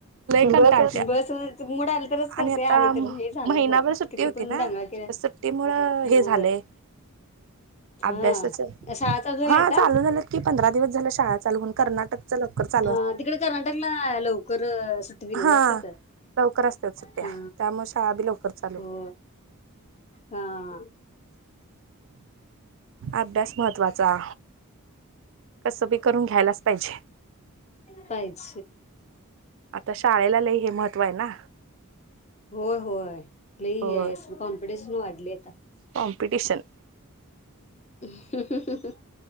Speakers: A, on the right; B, on the left.
A: कंटाळतीया.
B: बस मूड आलं तरच करत्या
A: आणि आता
B: नाहीतर
A: महिनाभर
B: हे झालं मग
A: सुट्टी
B: किती
A: होती
B: पण
A: ना
B: दंगा
A: त्या
B: केला
A: सुट्टी मुळ हे
B: होय
A: झालंय.
B: हा
A: अभ्यासाच
B: शाळा चालू झाल्या
A: हा
B: आता
A: चालू झालं. की पंधरा दिवस झालं शाळा चालू होून कर्नाटक कर.
B: हा तिकडे कर्नाटकला लवकर सुट्टी दिलेल्या
A: हा
B: असतात.
A: लवकर असत्या सुट्ट्या
B: हा
A: त्यामुळे शाळा बी लवकर चालू
B: हो हा.
A: अभ्यास महत्वाचा कसं बी करून घ्यायलाच पाहिजे.
B: काच
A: आता शाळेला हे महत्व आहे ना.
B: होय होय ल आहे
A: हो
B: कॉम्पिटिशन वाढली आता
A: कॉम्पिटिशन
B: <inaudible>